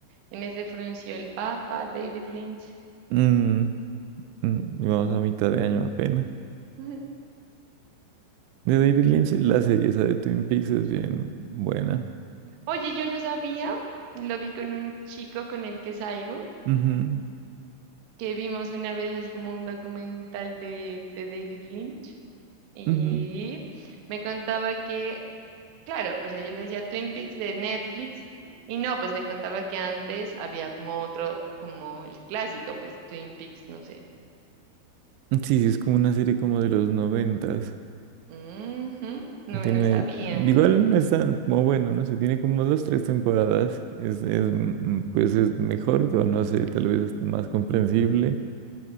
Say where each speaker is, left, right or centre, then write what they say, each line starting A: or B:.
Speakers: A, on the right; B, on the right.
A: En ese frunció el Papa, David Lynch.
B: Mm, mm, y vamos a mitad de año apenas.
A: <laughs>
B: De David Lynch, la serie esa de Twin Peaks es bien buena.
A: Oye, yo no sabía, lo vi con un chico con el que salgo.
B: Ujú,
A: que vimos una vez así como un documental de, de David Lynch y
B: ujú.
A: me contaba que, claro, o sea, yo le decía Twin Peaks de Netflix y no, pues me contaba que antes había como otro, como el clásico, pues Twin Peaks, no sé.
B: Sí, sí, es como una serie como de los noventas.
A: Ujú, No,
B: Tiene,
A: no sabía.
B: igual no es tan como bueno, no sé, tiene como dos, tres temporadas. Es, es, mm, pues es mejor, o no sé, tal vez es más comprensible.